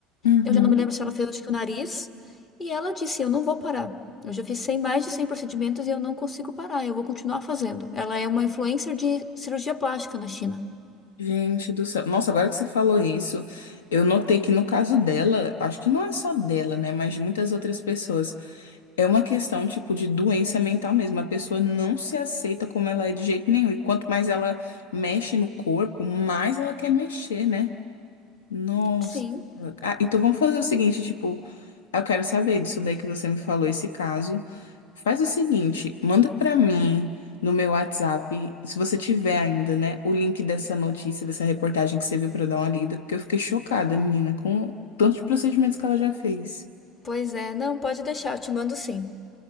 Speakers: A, on the left; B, on the left.
A: Uhum.
B: Eu já não me lembro se ela fez, acho que o nariz. E ela disse: Eu não vou parar. Eu já fiz 100, mais de 100 procedimentos e eu não consigo parar, eu vou continuar fazendo. Ela é uma influencer de cirurgia plástica na China.
A: Gente do céu. Nossa, agora que você falou isso, eu notei que no caso dela, acho que não é só dela, né, mas de muitas outras pessoas, é uma questão tipo de doença mental mesmo. A pessoa não se aceita como ela é de jeito nenhum. E quanto mais ela mexe no corpo, mais ela quer mexer, né? Nossa.
B: Sim,
A: Ah, então vamos fazer o seguinte, tipo, eu quero saber disso daí que você me falou, esse caso. Faz o seguinte, manda pra mim no meu WhatsApp, se você tiver ainda, né, o link dessa notícia, dessa reportagem que você viu pra eu dar uma lida, porque eu fiquei chocada, menina, com tantos procedimentos que ela já fez.
B: pois é. Não, pode deixar, eu te mando sim.